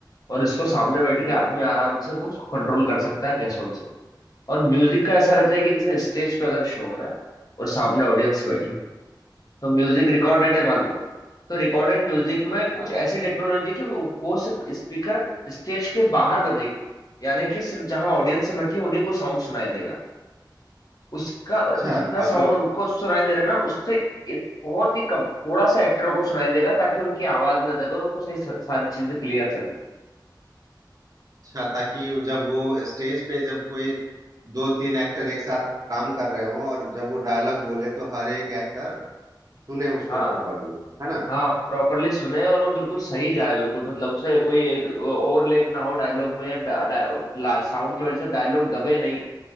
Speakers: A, on the left; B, on the right.
A: और इसको सामने बैठ
B: हम्म
A: के आदमी आराम से वो उसको कंट्रोल कर सकता है कैसोल से और म्यूजिक का ऐसा रहता है कि जैसे स्टेज पे अगर शो हो रहा है और सामने ऑडियंस बैठी है तो म्यूजिक रिकॉर्डेड है मान लो तो रिकॉर्डेड म्यूजिक में कुछ
B: हाँ
A: ऐसी टेक्नोलॉजी कि वो, वो सिर्फ स्पीकर स्टेज के बाहर बजेंगे यानी कि सिर्फ जहां ऑडियंस बैठी है उन्हीं को साउंड सुनाई देगा उसका
B: अच्छा
A: जितना
B: और
A: साउंड
B: जो
A: उनको सुनाई दे रहा है ना उससे एक बहुत ही कम थोड़ा सा एक्टर को सुनाई देगा ताकि उनकी आवाज ना दबे और उनको सही सारी चीजें क्लियर चले
B: अच्छा ताकि जब वो स्टेज पे जब कोई दो तीन एक्टर एक साथ काम कर रहे हो और जब वो डायलॉग बोले तो हर एक एक्टर सुने उसको
A: हाँ
B: प्रॉपरली है ना
A: हाँ प्रॉपरली सुने और वो बिल्कुल सही जाए बिल्कुल मतलब उसे कोई ओवरलैप ना हो डायलॉग में साउंड की वजह से डायलॉग दबे नहीं